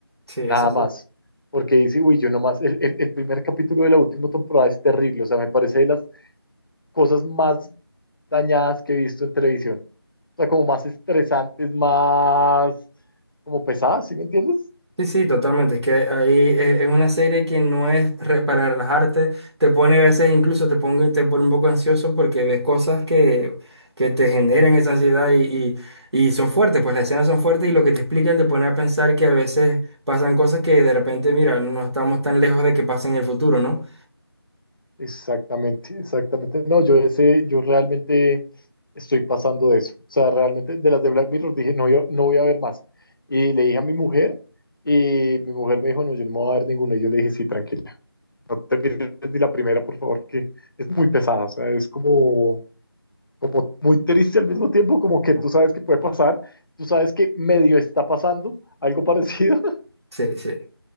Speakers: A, on the right; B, on the left.
A: Sí,
B: nada
A: eso sí.
B: más. Porque dice, uy, yo nomás, el, el, el primer capítulo de la última temporada es terrible, o sea, me parece de las cosas más dañadas que he visto en televisión. O sea, como más estresantes, más como pesadas, ¿sí me entiendes?
A: Sí, sí, totalmente. Es que ahí eh, es una serie que no es re- para relajarte, te pone a veces incluso te pone, te pone un poco ansioso porque ves cosas que, que te generan esa ansiedad y, y, y son fuertes, pues las escenas son fuertes y lo que te explican te pone a pensar que a veces pasan cosas que de repente, mira, no estamos tan lejos de que pasen en el futuro, ¿no?
B: Exactamente, exactamente. No, yo ese, yo realmente estoy pasando de eso. O sea, realmente de las de Black Mirror dije, no, yo no voy a ver más. Y le dije a mi mujer y mi mujer me dijo, no, yo no me voy a ver ninguna. Y yo le dije, sí, tranquila, no te mires ni la primera, por favor, que es muy pesada. O sea, es como, como muy triste al mismo tiempo, como que
A: Ujú.
B: tú sabes que puede pasar, tú sabes que medio está pasando algo <laughs> parecido
A: Sí, sí, es